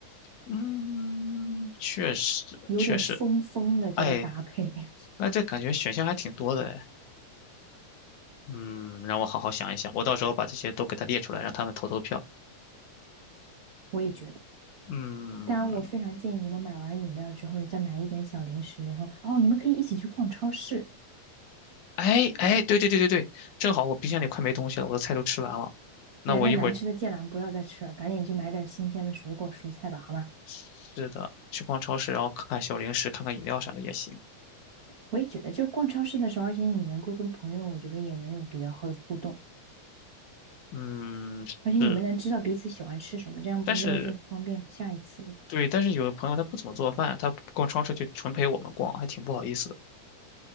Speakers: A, on the left; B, on the right.
A: 嗯，确实确实，
B: 有点疯疯的这个搭配，
A: 哎，
B: <laughs>
A: 那这感觉选项还挺多的哎。嗯，让我好好想一想，我到时候把这些都给他列出来，让他们投投票。
B: 我也觉得。
A: 嗯，
B: 当然，我非常建议你们买完饮料之后，再买一点小零食，然后哦，你们可以一起去逛超市，
A: 哎哎，对对对对对，正好我冰箱里快没东西了，我的菜都吃完了。那我一会儿，
B: 哎呀，那难吃的芥蓝不要再吃了，赶紧去买点新鲜的水果蔬菜吧，好吗？
A: 是的，去逛超市，然后看看小零食，看看饮料啥的也行。
B: 我也觉得，就逛超市的时候，而且你能够跟朋友，我觉得也能有比较好的互动，
A: 嗯，
B: 而且你们能知道彼此喜欢吃什么，
A: 是，
B: 这样不就是方便下一次吗？
A: 但是对，但是有的朋友他不怎么做饭，他逛超市就纯陪我们逛，还挺不好意思的。